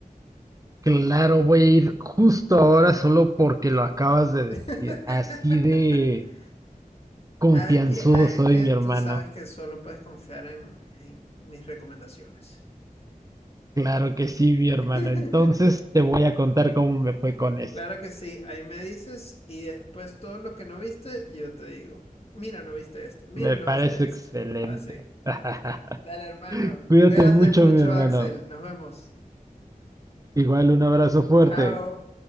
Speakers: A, on the right; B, on the left.
A: Claro, voy a ir justo ahora solo porque lo acabas de decir.
B: <laughs>
A: Así de confianzudo
B: Ah, que- ah,
A: soy,
B: es que
A: mi
B: tú
A: hermano.
B: sabes que solo puedes confiar en en mis recomendaciones.
A: Claro que sí, mi hermano.
B: <laughs>
A: Entonces te voy a contar cómo me fue con eso.
B: Claro que sí, ahí me dices y después todo lo que no viste, yo te digo, mira, no viste esto, mira,
A: Me
B: no
A: parece
B: viste esto.
A: excelente.
B: Así.
A: <laughs>
B: Dale, hermano.
A: Cuídate
B: Cuídate
A: mucho,
B: mucho,
A: mi hermano.
B: Axel. Nos vemos.
A: Igual un abrazo fuerte.
B: Chao.